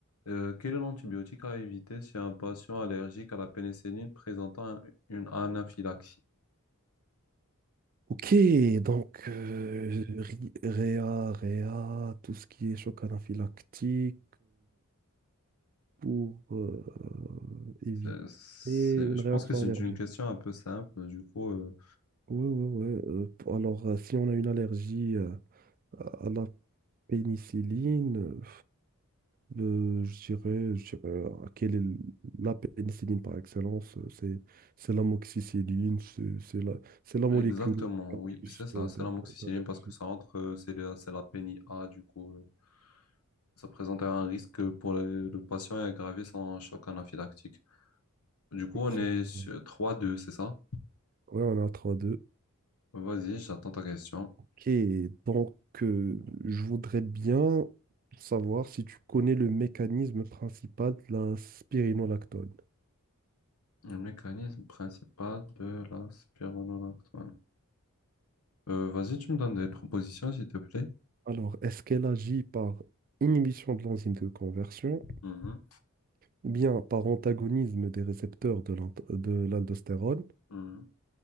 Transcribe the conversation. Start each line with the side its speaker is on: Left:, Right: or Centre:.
Left: Euh, quel est l'antibiotique à éviter si un patient allergique à la pénicilline présentant un- une anaphylaxie?
Right: Ok, donc euh, ri- réa, réa, tout ce qui est choc anaphylactique. pour euh, éviter
Left: C'est- c'est-
Right: une
Left: je
Right: réaction
Left: pense que c'est
Right: allergique.
Left: une question un peu simple. Du coup, euh,
Right: Oui, oui, oui. Euh, p- alors, euh, si on a une allergie euh, à à la pénicilline, euh, le- je dirais, je dirais, euh, quelle est l- la pénicilline par excellence? euh, C'est, c'est l'amoxicilline, c'est c'est la, c'est la molécule
Left: Exactement,
Right: où il y
Left: oui,
Right: a plus
Left: c'est ça,
Right: de-
Left: c'est
Right: de-
Left: l'amoxicilline
Right: de- d'allergie.
Left: parce que ça entre, euh, c'est la, c'est la pénie A, du coup, euh, ça présente un risque pour le, le patient et aggraver son choc anaphylactique. Du coup,
Right: Exactement.
Left: on est sur trois deux, c'est ça?
Right: Oui, on a 3
Left: Vas-y, j'attends ta question.
Right: Ok, donc euh, je voudrais bien savoir si tu connais le mécanisme principal de la spironolactone.
Left: Le mécanisme principal de la spironolactone. Euh, vas-y, tu me donnes des propositions, s'il te plaît.
Right: Alors, est-ce qu'elle agit par inhibition de l'enzyme de conversion,
Left: Mhm,
Right: ou bien par antagonisme des récepteurs de l'ant- de l'aldostérone,
Left: mhm,